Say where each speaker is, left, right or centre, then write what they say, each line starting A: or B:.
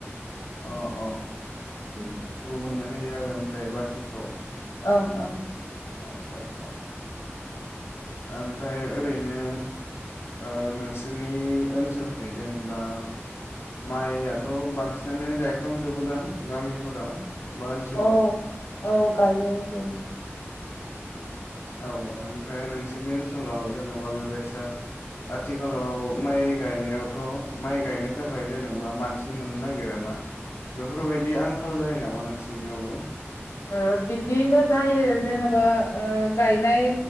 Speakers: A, on the left; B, on the left.
A: अ अ
B: ओम
A: गुबुननो होयो आरो ओमफाय बाखिखौ
B: ओं ओं
A: आतसा आतसा ओमफ्राय ओरैनो ओ नोंसोरनि ओनसोलखै जेनेब्ला माइयाथ बांसिनानो गायफ्रामजोबोदों गामिफोराव? बा ओनसोलाव
B: औ औ गायो बेनो
A: औ ओमफ्राय नोंसोरनि ओनसोलाव जेनबा बेबायसा आथिखालाव माइ गायनायावथ माइ गायनो थाखाय जेनेबा मानसि मोननो नागिर ना बेफोरबायदि आंखाल जायो नामा नोंसिनियावबो
B: ओ बिदिथ जायो जेनेबा ओ गायनाय